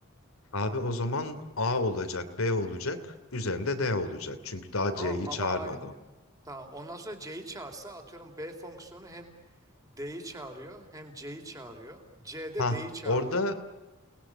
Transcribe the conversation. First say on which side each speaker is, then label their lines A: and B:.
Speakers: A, on the left (about 90°); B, on the right (about 15°).
A: Abi o zaman A olacak, B olacak, üzerinde D olacak. Çünkü daha
B: Tamam
A: C'yi
B: ama
A: çağırmadım.
B: ay- tamam. Ondan sonra C'yi çağırsa atıyorum B fonksiyonu hem D'yi çağırıyor hem C'yi çağırıyor. C'de
A: Ha,
B: D'yi çağırıyor.
A: orada